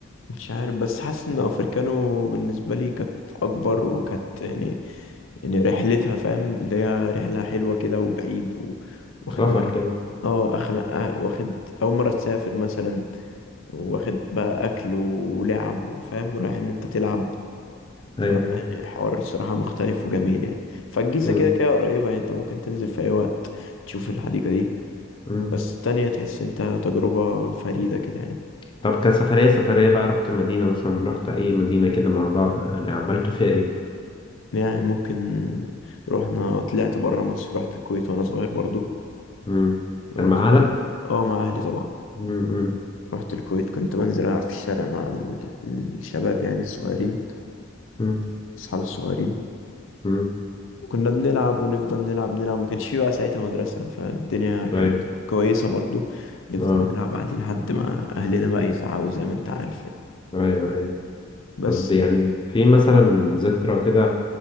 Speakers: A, on the left (about 70°); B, on the left (about 25°).
A: مش عارف بس حاسس إن أفريكانو بالنسبة لي كانت أكبر وكانت يعني يعني رحلتها فاهم اللي هي رحلة حلوة كده وبعيد و... واخد
B: سفر
A: معاك
B: كده
A: اه أخلا آه، واخد أول مرة تسافر مثلا واخد بقى أكل ولعب وفاهم رايح إن أنت تلعب ف
B: ايوه ايوه
A: يعني حوار الصراحة مختلف وجميل يعني فالجيزة
B: امم
A: كده كده قريبة يعني أنت ممكن تنزل في أي وقت تشوف الحديقة دي
B: امم
A: بس التانية تحس أنت تجربة فريدة كده يعني
B: طب كسفريه سفريه بقى رحت مدينه مثلا رحت اي مدينه كده مع بعض يعني عملتوا فيها ايه
A: يعني ممكن رحنا طلعت برا مصر رحت الكويت وأنا صغير برضو
B: امم كان
A: رحت
B: مع اهلك
A: اه مع أهلي طبعا
B: امم
A: رحت الكويت كنت بنزل ألعب في الشارع مع ال- الشباب يعني الصغيرين
B: امم
A: أصحاب الصغيرين
B: امم
A: كنا بنلعب ونفضل نلعب نلعب ما كانش في بقى ساعتها مدرسة فالدنيا كانت
B: ايوه
A: كويسة برضو نفضل
B: اه
A: نلعب عادي لحد ما أهلنا بقى يزعقوا زي ما أنت عارف يعني.
B: ايوه ايوه
A: بس
B: طب يعني في مثلا ذكرى كده